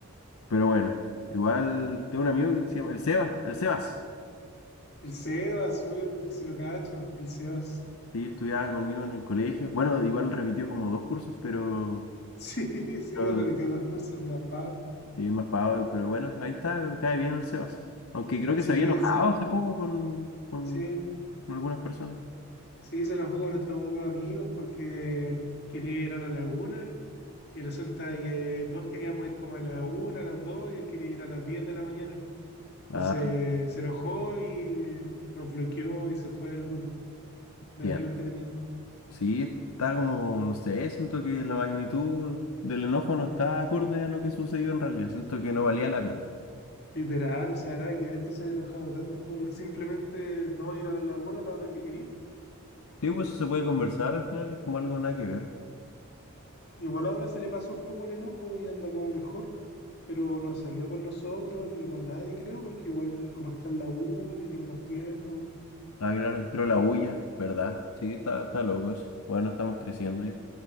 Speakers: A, on the left; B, on the left.
A: pero bueno. Igual tengo un amigo que se llama el Seba, el Sebas.
B: El Sebas, obvio, porque si lo cacho, el Sebas. <laughs>
A: Sí, estudiaba conmigo en el colegio. Bueno, igual repitió como dos cursos, pero
B: Sí, sí,
A: no,
B: repitió dos cursos, más pavo.
A: sí, más pavo, pero bueno, ahí está, cae bien el Sebas. Aunque creo que
B: Sí,
A: se había enojado
B: el Sebas.
A: hace poco con, con,
B: Sí,
A: con algunas personas.
B: sí, se enojó con nuestro grupo de amigos porque quería ir a la laguna y resulta de que todos queríamos ir como a la una, a las dos y él quería ir a las 10 de la mañana. Entonces
A: Ah,
B: se enojó y nos bloqueó y se fue del grupo. de
A: bien.
B: amigos que teníamos.
A: Sí, está como, no sé, siento que la magnitud del enojo no está acorde a lo que sucedió en realidad. Siento que no valía la pena.
B: Literal, o sea, nada que ver que se haya enojado tanto por simplemente no ir a la laguna a la hora que quería.
A: Sí, pues se puede conversar al final, es como algo nada que ver.
B: Igual ahora se le pasó un poco el enojo y anda como mejor, pero no salió con nosotros ni con nadie, creo, porque igual como está en la U, tiene menos tiempo.
A: Ah, claro, pero la huya, ¿verdad? Sí, está, está loco eso. Bueno, estamos creciendo ya.